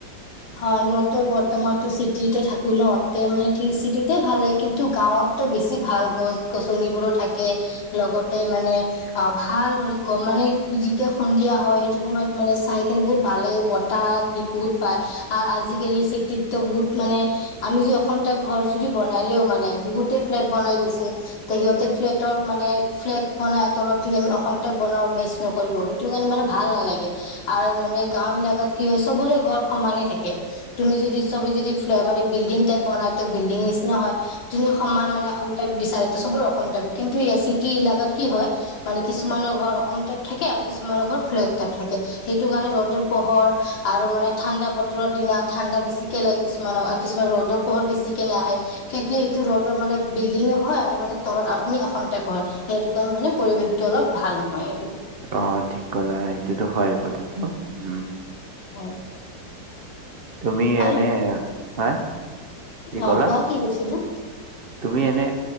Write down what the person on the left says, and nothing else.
হয় মই তো বৰ্তমানতো চিটিতে থাকো ন তে মানে চিটিতে ভাল লাগে কিন্তু গাঁৱতো বেছি ভাল গছ গছনিবোৰো থাকে লগতে মানে অ ভাল ধৰক মানে যেতিয়া সন্ধিয়া হয় সেইটো সময়ত মানে চাই কিনে বহুত ভাল লাগে বতাহ বহুত পাত আজিকালি চিটিততো বহুত মানে আমি যদি অসম টাইপ ঘৰ যদি বনালেও মানে বহুতে ফ্লেট বনাই গৈছে তে সিহতে ফ্লেটৰ মানে ফ্লেট কৰা তলত যদি আমি অসম টাইপ বনাও মেচ নকৰিব সেইটো কাৰণে মানে ভাল নালাগে আৰু মানে গাওঁবিলাকাত কি হয় চবৰে ঘৰ সমানে থাকে তুমি যদি সবে যদি ফ মানে বিল্ডিং টাইপ বনাই তো বিল্ডিং নিচিনা হয় তুমি সমান মানে অসম টাইপ বিচাৰে তো চবৰ অসম টাইপ কিন্তু ই চিটি ইলকাত কি হয় মানে কিছুমানৰ ঘৰ অসম টাইপ থাকে আৰু কিছুমানৰ ঘৰ ফ্লেগ টাইপ থাকে সেইটো কাৰণে ৰ'দৰ পোহৰ আৰু মানে ঠাণ্ডা বতৰৰ দিনা ঠাণ্ডা বেছিকে লাগে কিছুমানক কিছুমান ৰ'দৰ পোহৰ বেছিকে নাহে কিয় কি ৰ'দৰ মানে বিল্ডিঙো হয় আৰু মানে তলত আমি অসম টাইপ হয় সেইটো কাৰণে মানে পৰিৱেশটো অলপ ভাল নহয় আৰু
হয়
আৰু
অ
কোৱা কি কৈছিলা